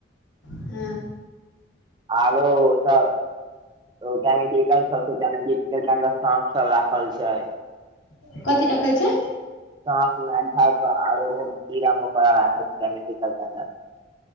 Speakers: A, on the left; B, on the right.
A: हँ।
B: आरो ओत <unintelligible> साँप सब राखल छै।
A: <inaudible> कथी रखल छै?
B: सांप, मेढ़क आरो कीड़ा मकौड़ा सब <unintelligible>